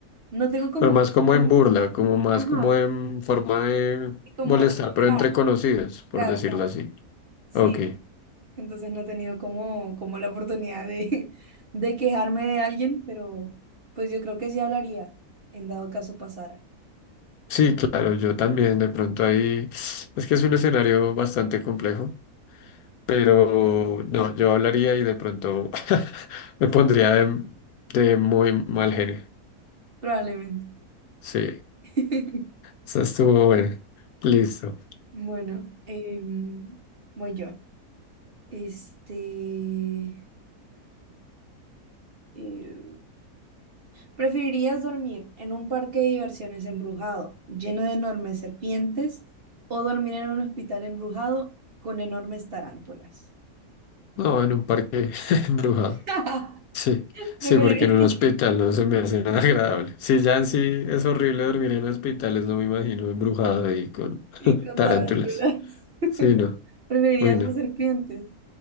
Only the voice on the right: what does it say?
no tengo como,
costumbre.
ajá,
y como,
ah,
claro,
claro.
Sí,
entonces no he tenido como, como la oportunidad de, <laughs> de quejarme de alguien, pero pues yo creo que sí hablaría, en dado caso pasara,
probablemente.
<laughs>
Bueno, em, voy yo. Este, eh, ¿preferirías dormir en un parque de diversiones embrujado, lleno de enormes serpientes, o dormir en un hospital embrujado con enormes tarántulas?
<laughs>
Preferiría
Y
con
tarántulas. <laughs>
Preferiría
las
serpientes.